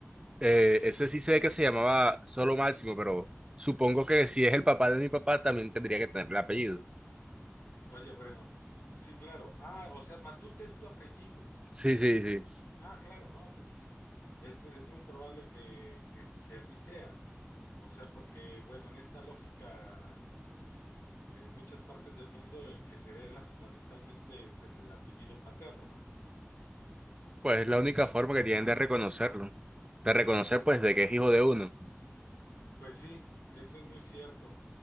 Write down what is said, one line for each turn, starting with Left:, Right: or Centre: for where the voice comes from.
Right: Eh, ese sí sé que se llamaba Solo Máximo, pero supongo que
Left: Ah,
Right: si es el papá de mi papá, también tendría que tener el apellido.
Left: oye, bueno, sí, claro. Ah, o sea, Matute es tu apellido.
Right: Sí, sí, sí.
Left: Ah, claro, no, pues sí. Es, es muy probable que, que, es- que así sea. O sea, porque, bueno, en esta lógica de muchas partes del mundo, el que se hereda fundamentalmente es el apellido paterno.
Right: Pues es la única forma que tienen de reconocerlo. De reconocer, pues, de que es hijo de uno.
Left: Pues sí, eso es muy cierto.